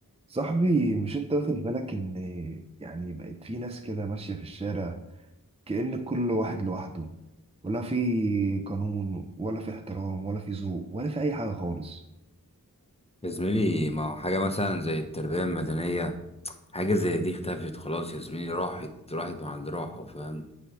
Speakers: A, on the right; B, on the left.
A: صاحبي مش انت واخد بالك ان يعني بقت في ناس كده ماشية في الشارع كأن كل واحد لوحده ولا في قانون ولا في احترام ولا في ذوق ولا في اي حاجة خالص
B: يا زميلي ما هو حاجة مثلا زي التربية المدنية حاجة زي دي اختفت خلاص يا زميلي راحت راحت مع اللي راحوا فاهم